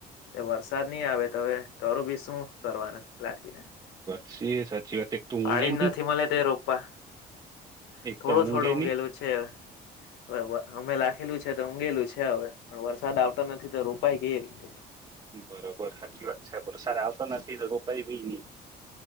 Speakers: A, on the left; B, on the right.
A: વરસાદ નહી આવે તવે તરું બી શું કરવાનું લખીને
B: સી સાચી વાત એક તો
A: પાડી
B: ઊંઘે
A: જ
B: નહી
A: નથી મલે તે રોક <unintelligible>
B: એક
A: થોડો-થોડો
B: તો ઊંઘે
A: ઊઘેલું છે. હવે અમે લાખેલું છે તો ઊંઘેલું છે હવે, પણ વરસાદ આવતો નથી, તો રોપાય કઈ રીતે?
B: નહી બરોબર સાચી વાત છે વરસાદ આવતો નથી તો <unintelligible> નહી